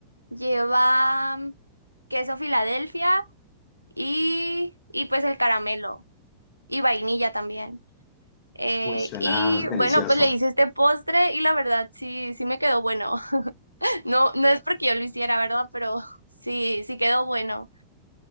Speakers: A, on the right (about 85°); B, on the left (about 40°).
A: lleva mm, queso Filadelfia y, y pues el caramelo y vainilla también. Eh,
B: Uy, suena
A: y
B: delicioso.
A: bueno, pues le hice este postre y la verdad sí, sí me quedó bueno. <laughs> No, no es porque yo lo hiciera, ¿verdad? Pero <laughs> sí, sí quedó bueno.